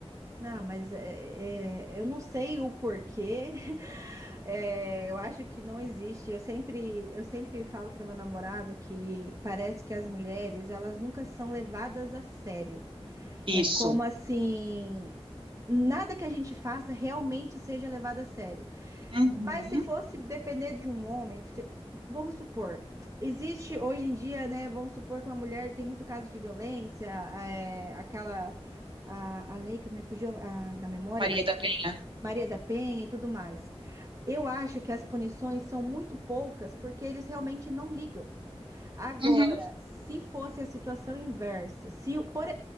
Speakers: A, on the right; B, on the right.
A: Não, mas é, é- é, eu não sei o porquê. <laughs> É, eu acho que não existe. Eu sempre, eu sempre falo para o meu namorado que parece que as mulheres, elas nunca são levadas a sério.
B: Isso.
A: É como assim, nada que a gente faça realmente seja levado a sério.
B: Uhum.
A: Mas se fosse depender de um homem, se- vamos supor, existe hoje em dia, né? Vamos supor que uma mulher tem muito caso de violência, é, aquela a, a lei que me fugiu a- da memória
B: Maria
A: da
B: da Penha.
A: Maria da Penha e tudo mais. Eu acho que as punições são muito poucas porque eles realmente não ligam. Agora,
B: Uhum.
A: se fosse a situação inversa, se o- por